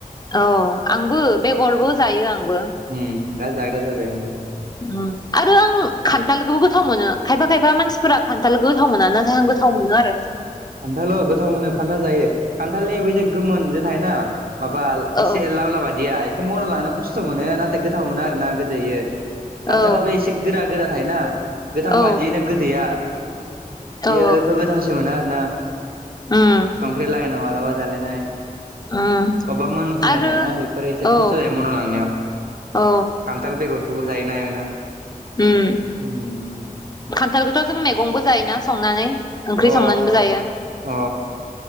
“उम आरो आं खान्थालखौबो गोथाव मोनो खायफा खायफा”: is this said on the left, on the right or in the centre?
Left